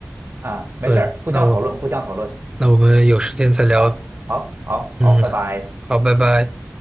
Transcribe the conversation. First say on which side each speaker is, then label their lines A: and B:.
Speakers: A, on the right; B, on the right.
A: 啊！没事儿，
B: 对，
A: 互相讨论，
B: 那我
A: 互相讨论。
B: 那我们有时间再聊。
A: 好，好，好，好，
B: 嗯，
A: 拜拜。
B: 好，拜拜。